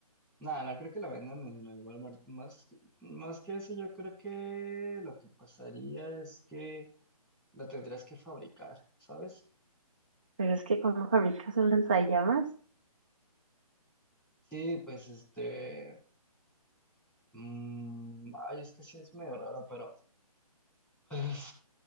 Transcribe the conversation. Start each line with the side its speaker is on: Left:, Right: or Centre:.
Centre: No, no creo que lo vendan en el Walmart. Más, más que eso, yo creo que lo que pasaría es que lo tendrías que fabricar, ¿sabes?
Right: Pero es que cómo fabricas un lanzallamas.
Centre: Sí, pues este... mm, ay, es que sí es medio raro, pero... pues,